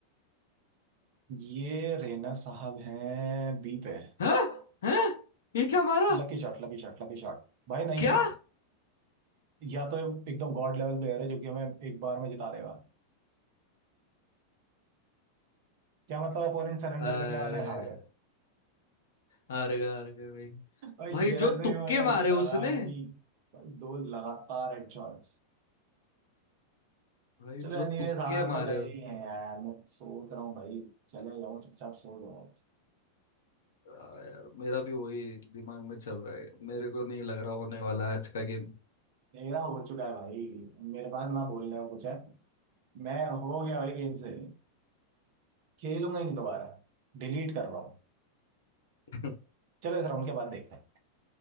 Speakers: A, on the right; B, on the left.
A: ये रेना साहब हैं बी पे
B: हैं हैं ये क्या मारा
A: Lucky shot lucky shot lucky shot भाई नहीं
B: क्या
A: या तो एकदम गॉड लेवल प्लेयर है जो कि हमें एक बार में जिता देगा क्या मतलब अपोनेंट सरेंडर
B: अरे
A: करने वाले हैं हार गए
B: हार गए हार गए भाई
A: और
B: भाई
A: जैसे
B: जो तुक्के
A: ही मुझे
B: मारे
A: लगा
B: उसने
A: कि दो लगातार हेडशॉट्स
B: भाई
A: चलो
B: जो
A: एनीवेज
B: तुक्के
A: हार
B: मारे
A: तो गए
B: उसने
A: ही हैं यार मैं सोच रहा हूँ भाई चले जाऊँ चुपचाप सो जाऊँ
B: आ, यार मेरा भी वही दिमाग में चल रहा है मेरे को नहीं लग रहा होने वाला है आज का गेम
A: मेरा हो चुका है भाई मेरे पास ना बोलने को कुछ है मैं हो गया भाई गेम से खेलूंगा ही नहीं दोबारा डिलीट कर रहा हूँ
B: <laughs>
A: चलो इस राउंड के बाद देखते हैं